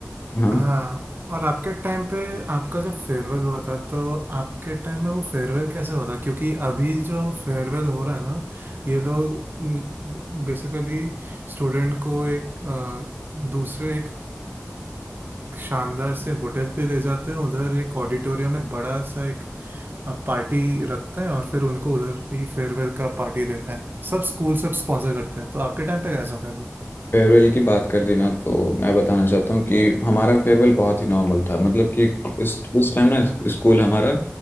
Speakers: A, on the left; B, on the right.
A: हाँ
B: हाँ और आपके टाइम पे आपका जो फेयरवेल हुआ था तो आपके टाइम में वो फेयरवेल कैसे हुआ था क्योंकि अभी जो फेयरवेल हो रहा है ना ये लोग बेसिकली स्टूडेंट को एक अ, दूसरे एक, एक शानदार से होटल पे ले जाते हैं उधर एक ऑडिटोरियम में बड़ा सा एक पार्टी रखते हैं और फिर उनको उधर ही फेयरवेल का पार्टी देते हैं सब स्कूल सब स्पॉन्सर करते हैं तो आपके टाइम पे कैसा था अभी
A: फेयरवेल की बात कर दी ना तो मैं बताना चाहता हूँ कि हमारा फेयरवेल बहुत ही नॉर्मल था मतलब कि इस उस टाइम ना स्कूल हमारा